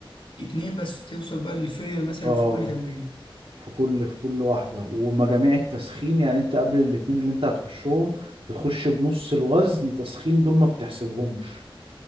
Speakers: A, on the left; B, on the right.
A: اتنين بس توصل بقى للفيلير مثلا
B: اه
A: في كل تمرينه
B: في كل في كل واحدة ومجاميع التسخين يعني انت قبل الاتنين اللي انت هتخشهم بتخش بنص الوزن تسخين دول ما بتحسبهمش